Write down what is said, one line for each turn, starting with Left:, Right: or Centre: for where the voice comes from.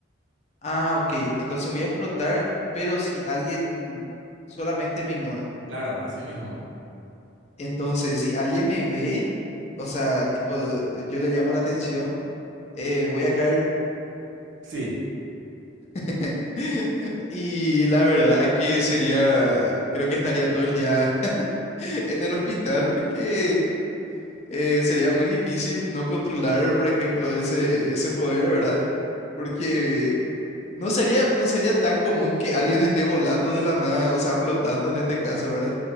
Left: Ah, ok. Entonces voy a flotar, pero si alguien solamente me ignora.
Right: Claro, así mismo.
Left: Entonces, si alguien me ve, o sea, tipo, eh, yo le llamo la atención, eh, voy a caer.
Right: Sí,
Left: <laughs> Y la verdad que sería, creo que estaría todo el día <laughs> en el hospital porque eh, sería muy difícil no controlar, por ejemplo, ese, ese poder, ¿verdad? Porque No sería, no sería tan común que alguien esté volando de la nada, o sea, flotando en este caso, ¿verdad?